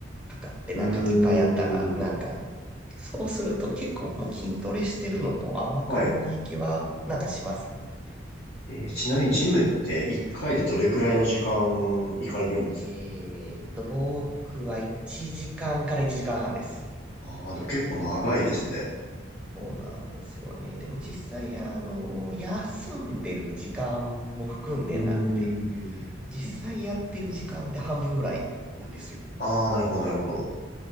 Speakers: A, in the centre; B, on the left (about 60°).
A: とかってなんかいっぱいあったら、
B: うーん。
A: なんか、そうすると結構もう筋トレしてるのとあんま変わんない気は、
B: はい。
A: なんかしますよね。
B: えーちなみにジムって1回でどれくらいの時間行かれるんです
A: えーっと、僕は1時間かんから1時間半です。
B: ああー、でも結構長いですね。
A: そうなんですよね。でも実際、あの、休んでる時間も含んでなんで、
B: うーん。
A: 実際やってる時間って半分ぐらいなんですよ。
B: ああ、なるほど、なるほど。